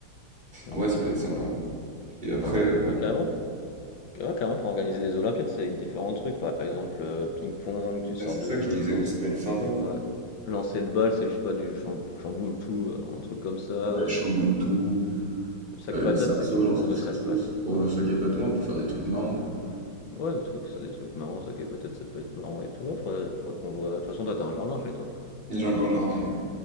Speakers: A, on the left; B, on the right.
A: Ouais,
B: euh, ouais, ça
A: on
B: peut
A: peut
B: être sympa.
A: trop. voir.
B: Et après,
A: Ah bah,
B: euh,
A: bah, carrément, ouais, carrément, pour organiser des Olympiades, ça va être différents trucs, par exemple, euh, ping-pong, du sort
B: ah, c'est
A: de
B: ça que je disais,
A: lance,
B: ouais, ça peut être sympa.
A: ouais, lancer de balle, c'est, je sais pas, du cham- chamboule tout, euh, un truc comme ça, euh,
B: Ouais, chamboule tout,
A: sac
B: euh,
A: patate,
B: les cerceaux,
A: tu sais, tu fais
B: lancer
A: une course
B: de
A: de
B: cerceaux,
A: sac patate.
B: pour
A: Ouais,
B: le sac à patins, ouais, on peut faire des trucs marrants, quoi.
A: ouais, des trucs, ça, des trucs marrants, sac à patate, ça peut être marrant et tout, ouais, faudrait, faudrait qu'on voit. De toute façon, toi, t'as un jardin chez toi.
B: J'ai un grand jardin, ouais.